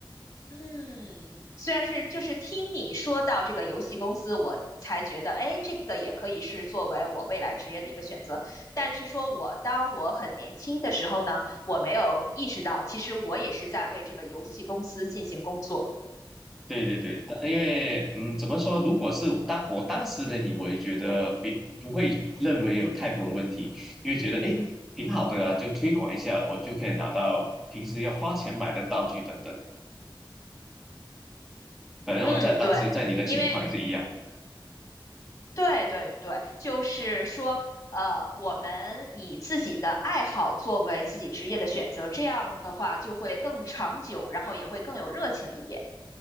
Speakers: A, on the left; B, in the centre.
A: 嗯，虽然是就是听你说到这个游戏公司，我才觉得，哎，这个也可以是作为我未来职业的一个选择。但是说我当我很年轻的时候呢，我没有意识到，其实我也是在为这个游戏公司进行工作。
B: 对对对，但因为嗯，怎么说？如果是当我当时的你，我也觉得也不会认为有太多的问题，因为觉得诶挺好的啊，就推广一下，我就可以拿到平时要花钱买的道具等等。可能我在当时在你的情况也是一样。
A: 嗯，对，因为对对对，就是说，呃，我们以自己的爱好作为自己职业的选择，这样的话就会更长久，然后也会更有热情一点。